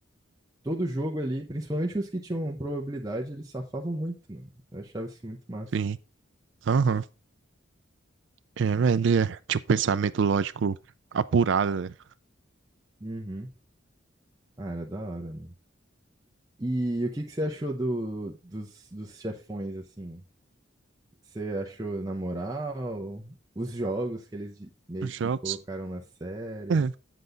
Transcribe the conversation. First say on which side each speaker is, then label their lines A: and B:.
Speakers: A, on the right; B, on the right.
A: todo jogo ali, principalmente os que tinham probabilidade, ele safava muito, mano. Eu achava isso muito massa.
B: Sim. Aham. É, velho, ele é- tinha um pensamento lógico apurado, né?
A: Uhum. Ah, era da hora. E o que que você achou do, dos, dos chefões, assim? Você achou na moral? Os jogos que eles de- meio
B: Os
A: que
B: jogos.
A: colocaram na série?
B: É,